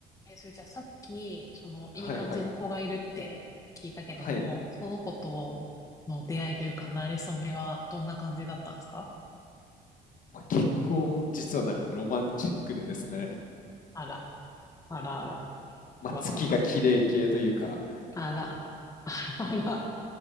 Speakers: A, on the left; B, on the left.
A: え、それじゃあさっき、その、いい感じの子がいるって聞いたけども、
B: はいはい。はい。
A: その子との出会いというか、馴れ初めはどんな感じだったんですか
B: まあ、結構実はなんかロマンチックでですね、
A: あら、あらあら、
B: まあ、
A: ワクワク。
B: 月が綺麗系というか、
A: あら、あらあら、